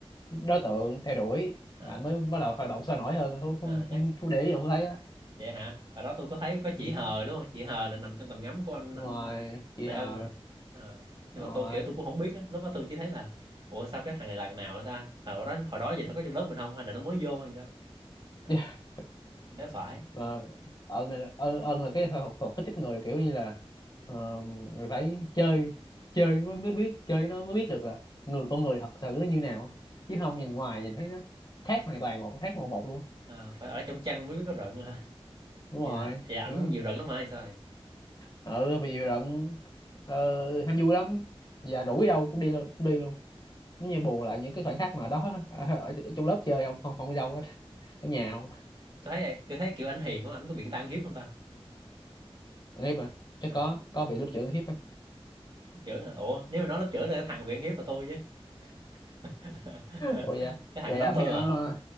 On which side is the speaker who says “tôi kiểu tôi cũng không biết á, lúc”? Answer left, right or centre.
Right